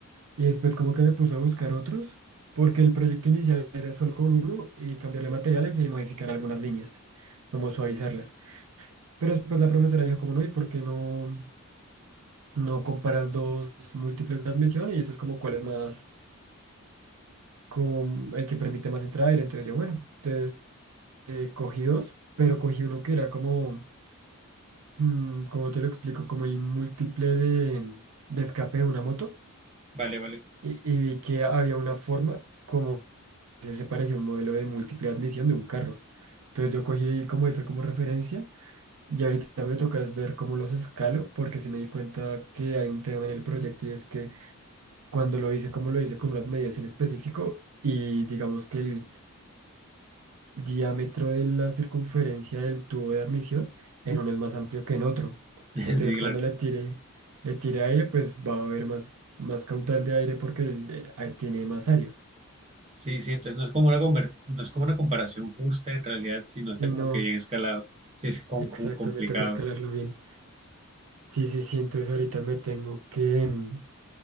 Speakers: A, on the right (about 80°); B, on the right (about 30°).
A: y después como que me puse a buscar otros porque el proyecto inicial era solo con uno y cambiarle materiales y modificar algunas líneas, como suavizarlas. Pero después la profesora dijo como no, ¿y por qué no, no comparas dos múltiples de admisión? Y eso es como cuál es más, como el que permite más entrada aire. Entonces yo, bueno, entonces eh, cogí dos, pero cogí uno que era como, mm, ¿cómo te lo explico? Como el múltiple de, de escape de una moto.
B: Vale, vale.
A: Y, y vi que había una forma como que se parecía a un modelo de múltiple de admisión de un carro. Entonces yo cogí como eso como referencia Y ahorita me toca es ver cómo los escalo, porque sí me di cuenta que hay un tema en el proyecto y es que cuando lo hice, como lo hice con unas medidas en específico y digamos que el diámetro de la circunferencia del tubo de admisión en uno es más amplio que en otro.
B: <laughs>
A: Entonces
B: Sí, claro.
A: cuando le tire, le tire aire, pues va a haber más, más caudal de aire porque el- eh, ahí tiene más área.
B: Sí, sí, entonces no es como una conver- no es como una comparación justa en realidad, sino
A: Si
B: está como
A: no,
B: que bien escalado. Sí, es como,
A: exacto,
B: como complicado.
A: me toca escalarlo bien. Sí, sí, sí, entonces ahorita me tengo que mm,